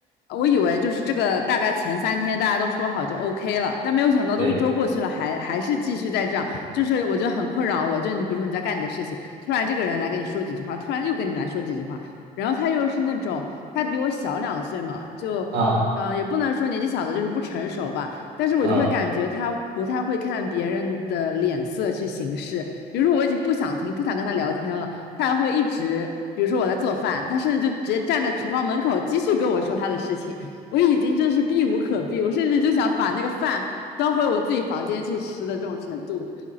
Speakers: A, on the left; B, on the right.
A: 呃我以为就是这个大概前三天大家都说好就 OK 了，但没有想到都一周过去了，
B: 对，
A: 还还是继续在这样，就是我觉得很困扰我。就你比如说你在干你的事情，突然这个人来跟你说几句话，突然又跟你来说几句话，然后他又是那种他比我小两岁嘛，就。
B: 嗯
A: 嗯、呃也不能说年纪小的就是不成熟吧，但是我就会感觉他不太会看别人的脸色去行事，
B: 嗯
A: 比如说我已经不想听，不想跟他聊天了，他还会一直，比如说我在做饭，他甚至就直接站在厨房门口继续跟我说他的事情。我已经真是避无可避，我甚至就想把那个饭端回我自己房间去吃的这种程度。